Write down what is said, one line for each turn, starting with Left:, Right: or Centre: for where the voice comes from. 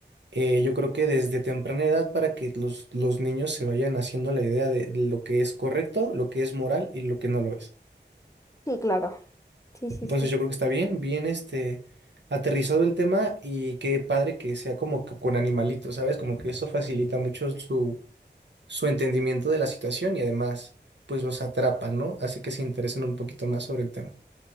Right: Eh, yo creo que desde temprana edad para que los, los niños se vayan haciendo la idea de de lo que es correcto, lo que es moral y lo que no lo es.
Left: Sí, claro. Sí, sí,
Right: Entonces
Left: sí.
Right: yo creo que está bien, bien este aterrizado el tema y qué padre que sea como que con animalitos, ¿sabes? Como que eso facilita mucho su, su entendimiento de la situación y además pues los atrapa, ¿no? Hace que se interesen un poquito más sobre el tema.